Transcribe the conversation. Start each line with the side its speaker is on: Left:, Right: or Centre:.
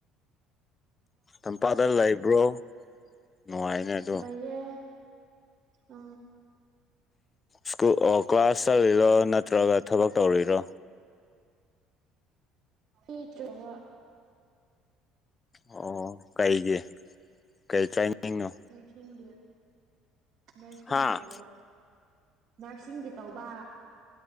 Left: ꯇꯝꯄꯥꯛꯇ ꯂꯩꯕ꯭ꯔꯣ ꯅꯨꯡꯉꯥꯏꯅꯦ ꯑꯗꯣ
Right: ꯂꯩꯌꯦ ꯑ
Left: ꯁ꯭ꯀꯨꯜ ꯑꯣ ꯀ꯭ꯂꯥꯁ ꯆꯠꯂꯤꯔꯣ ꯅꯠꯇ꯭ꯔꯒ ꯊꯕꯛ ꯇꯧꯔꯤꯔꯣ
Right: ꯏꯇ꯭ꯔꯥꯕ
Left: ꯑꯣ ꯀꯩꯒꯤ ꯀꯩ ꯆꯥꯏꯅꯤꯡꯅꯣ꯫
Right: ꯅꯁꯤꯡꯒꯤ ꯅꯁꯤꯡꯒꯤꯔ‌ꯣꯕ
Left: ꯍꯥ
Right: ꯅꯔꯁꯤꯡꯒꯤ ꯇꯧꯕ